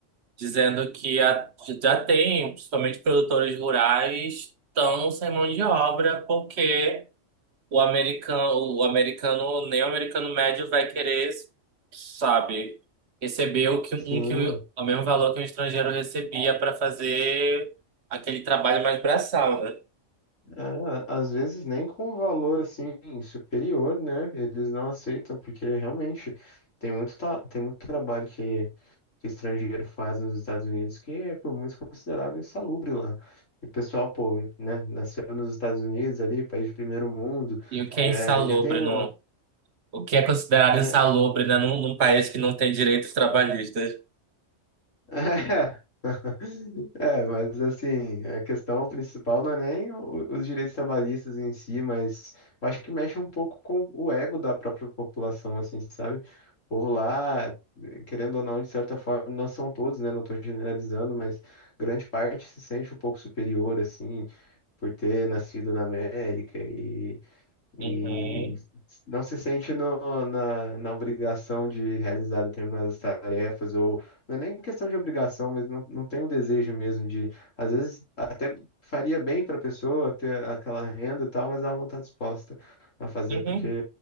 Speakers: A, on the right; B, on the left.
A: dizendo que a- já tem, principalmente produtores rurais, estão sem mão de obra porque o americano, o americano, nem o americano médio vai querer, sabe, receber o que, um,
B: sim.
A: que, o o mesmo valor que um estrangeiro recebia para fazer aquele trabalho mais braçal, né?
B: É, às vezes nem com um valor, assim, superior, né? Eles não aceitam, porque realmente tem muito, ta- tem muito trabalho que que estrangeiro faz nos Estados Unidos, que é por muitos considerado insalubre lá. E o pessoal, pô, né, nasceu nos Estados Unidos ali, país de primeiro mundo,
A: E o que é
B: já,
A: insalubre
B: já tem uma.
A: no, o que é considerado
B: É,
A: insalubre, né, num, num país que não tem direitos trabalhistas.
B: <laughs> é, mas assim, a questão principal não é nem o- os direitos trabalhistas em si, mas eu acho que mexe um pouco com o ego da própria população, assim, sabe? O povo lá, querendo ou não, de certa forma, não são todos, né? Não estou generalizando, mas grande parte se sente um pouco superior, assim, por ter nascido na América e, e
A: Uhum,
B: não se sente no- na, na obrigação de realizar determinadas tarefas, ou não é nem questão de obrigação, mas não, não tem o desejo mesmo de, às vezes até faria bem para a pessoa ter aquela renda e tal, mas ela não está disposta a fazer
A: uhum.
B: porque,